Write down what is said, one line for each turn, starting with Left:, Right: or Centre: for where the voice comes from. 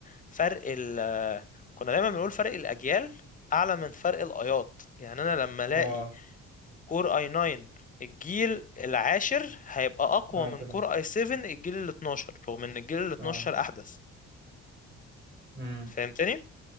Left: فرق ال كنا دايما بنقول فرق الاجيال اعلى من فرق الايات يعني انا لما الاقي
Right: اه
Left: كور اي 9 الجيل العاشر هيبقى اقوى
Right: اه
Left: من
Right: تمام
Left: كور اي 7 الجيل ال 12 رغم ان الجيل ال 12
Right: اه
Left: احدث
Right: امم
Left: فهمتني